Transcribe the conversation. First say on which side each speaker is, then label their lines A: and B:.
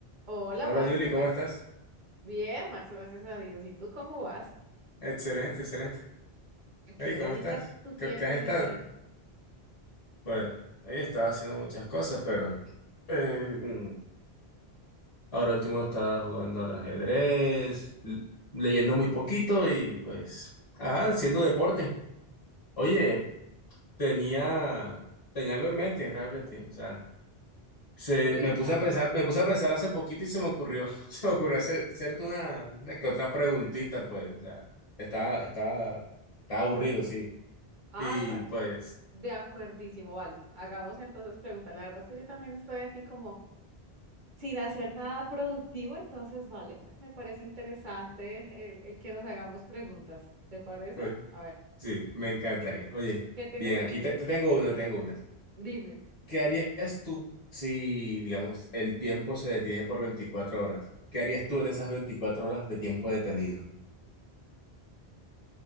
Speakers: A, on the right (about 55°); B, on the left (about 40°).
A: Hola
B: Hola
A: Max,
B: Yuli,
A: ¿cómo
B: ¿cómo
A: es?
B: estás?
A: Bien, Max, gracias a Dios. ¿Y tú cómo vas?
B: Excelente, excelente.
A: ¿A qué
B: Hey,
A: dedicas
B: ¿cómo estás?
A: tu tiempo
B: ¿Qué, qué has estado?
A: libre?
B: Pues he estado haciendo muchas cosas, pero eh, mm, ahora último estaba jugando al ajedrez, l- leyendo muy poquito y pues, ajá, haciendo deporte. Oye, tenía, tenía algo en mente realmente, o sea, se,
A: Cuéntame.
B: me puse a pensar, me puse a pensar hace poquito y se me ocurrió, <laughs> se me ocurrió hacer, hacerte una, una que otra preguntita, pues, o sea, estaba, estaba, estaba aburrido, sí.
A: Ay,
B: Y
A: vale,
B: pues,
A: de acuerdísimo, vale. Hagamos entonces preguntas. La verdad es que yo también estoy aquí como sin hacer nada productivo, entonces, vale, me parece interesante el, el que nos hagamos preguntas. ¿Te parece?
B: oye,
A: A ver,
B: sí, me encantaría.
A: ¿qué,
B: Oye,
A: qué tienes
B: bien,
A: en
B: aquí
A: mente?
B: te, te tengo una, te tengo una.
A: Dime.
B: ¿Qué harías tú si, digamos, el tiempo se detiene por veinticuatro horas? ¿Qué harías tú en esas 24 horas de tiempo detenido?